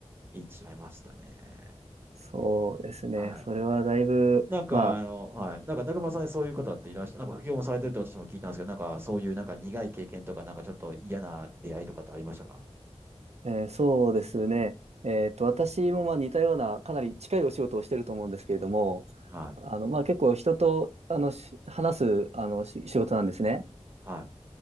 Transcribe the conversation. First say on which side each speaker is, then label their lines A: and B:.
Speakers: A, on the right (about 20°); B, on the right (about 70°).
A: い、言っちゃいましたね。
B: そうですね。
A: はい。
B: それはだいぶ、
A: なんか、
B: ま
A: あの、はい。なんか中村さんでそういう方っていらっしゃ、なんか副業もされてるって私も聞いたんですけど、なんかそういうなんか苦い経験とか、なんかちょっと嫌な出会いとかってありましたか
B: あ、えーそうですね。えっと、私もまあ似たような、かなり近いお仕事をしてると思うんですけれども、
A: はい。
B: あの、まあ結構人と、あの、し話す、あの、し仕事なんですね。
A: は